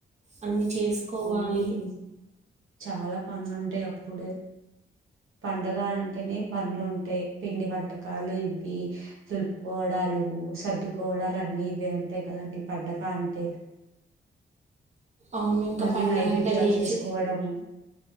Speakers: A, on the right (about 35°); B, on the right (about 80°).
A: అన్ని చేసుకోవాలి
B: అవునండి చాలా పనులుంటాయ్ అప్పుడే పండగ అంటేనే పన్లు ఉంటాయి పిండి వంటకాలు ఇవి దులుపుకోవడాలు సర్దుకోవడాలు అన్ని ఇవే ఉంటాయి కదండి పండగ అంటే
A: అవును ఇంకా
B: మళ్ళీ
A: పండగ
B: నైవేద్యాలు
A: అంటే లేచి
B: చేసుకోవడము